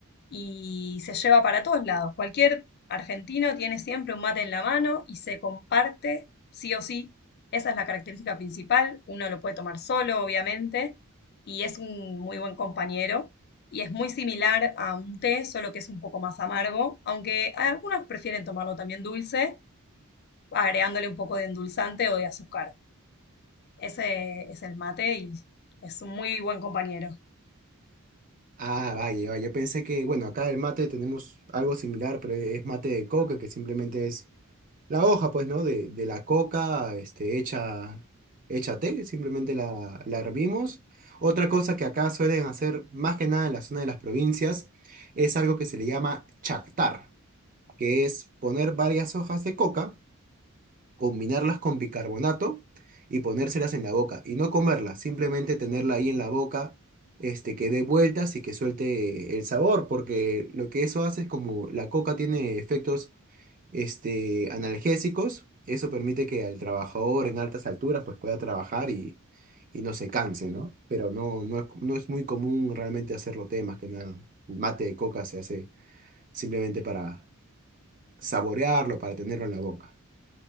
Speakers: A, on the left (about 45°); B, on the right (about 40°).
A: y se lleva para todos lados. Cualquier argentino tiene siempre un mate en la mano y se comparte sí o sí. Esa es la característica principal. Uno lo puede tomar solo, obviamente, y es un muy buen compañero. Y es muy similar a un té, solo que es un poco más amargo, aunque algunos prefieren tomarlo también dulce, agregándole un poco de endulzante o de azúcar. Ese es el mate y es un muy buen compañero.
B: Ah, vaya, vaya. Yo pensé que, bueno, acá el mate tenemos algo similar, pero es mate de coca, que simplemente es la hoja, pues, ¿no? De, de la coca, este, hecha, hecha té, simplemente la, la hervimos. Otra cosa que acá suelen hacer, más que nada en la zona de las provincias, es algo que se le llama chactar. que es poner varias hojas de coca, combinarlas con bicarbonato y ponérselas en la boca. Y no comerlas, simplemente tenerla ahí en la boca, este, que dé vueltas y que suelte el sabor, porque lo que eso hace es como la coca tiene efectos este, analgésicos, eso permite que al trabajador en altas alturas pues pueda trabajar y, y no se canse, ¿no? Pero no, no es, no es muy común realmente hacerlo temas que nada. El mate de coca se hace simplemente para saborearlo, para tenerlo en la boca.